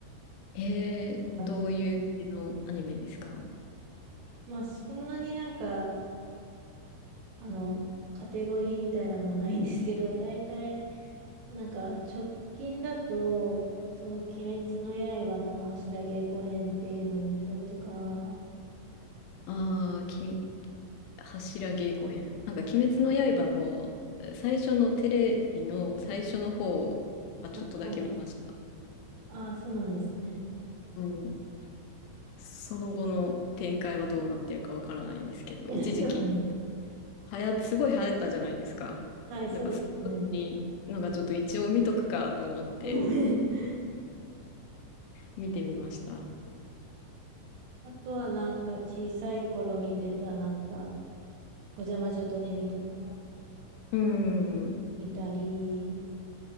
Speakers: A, on the left; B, on the right.
A: えー、
B: 感じ。
A: どういう系のアニメですか
B: まあ、そんなになんか、あの、カテゴリーみたいなのはないんですけど、大体、なんか、直近だと、その、鬼滅の刃の柱稽古編っていうのを見たりとか、
A: ああー、き、柱稽古編。なんか、鬼滅の刃の最初のテレビの最初の方はちょっとだけ見ました。
B: あ、はい。あ、そうなんですね。
A: うん。その後の展開はどうなってるかわからないんですけど、
B: <laughs> そ
A: 一時期、
B: うなんです
A: はや、すごい流行ったじゃないですか。
B: はい、そうですね。
A: だから、その時に、なんかちょっと一応見とくかと思って
B: <laughs>
A: 見てみました。
B: あとはなんか小さい頃見てたなんか、おじゃ魔女ドレミとか
A: うん。
B: 見たり、